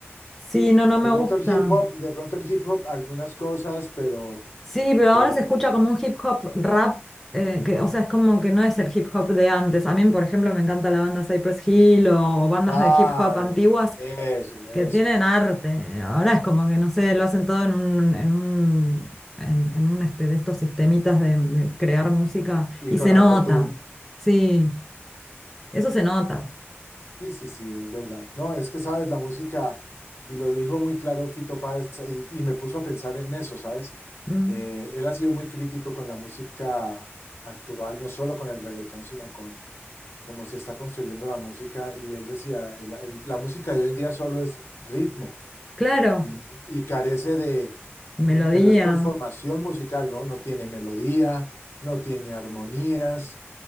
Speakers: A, in the centre; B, on the left (about 70°).
A: Sí, no, no me
B: De
A: gusta.
B: pronto el hip hop, de pronto el hip hop, algunas cosas, pero,
A: Sí, pero
B: pero,
A: ahora se escucha como un hip hop rap, eh, que, o sea, es como que no es el hip hop de antes. A mí, por ejemplo, me encanta la banda Cypress Hill o bandas
B: claro,
A: de hip hop antiguas
B: eso, eso.
A: que tienen arte. Ahora es como que, no sé, lo hacen todo en un, en un, en, en un este, de estos sistemitas de, de crear música
B: Y
A: y
B: con
A: se
B: autotune.
A: nota. Sí, eso se nota.
B: Sí, sí, sí, es verdad. No, es que sabes, la música, y lo dijo muy claro Fito Páez, y, y me puso a pensar en eso, ¿sabes?
A: Mm.
B: Eh, él ha sido muy crítico con la música actual, no solo con el reggaetón, sino con cómo se está construyendo la música, y él decía, el- el- la música de hoy en día solo es ritmo,
A: Claro,
B: y, y carece de,
A: melodía.
B: pero es por formación musical, ¿no? No tiene melodía, no tiene armonías,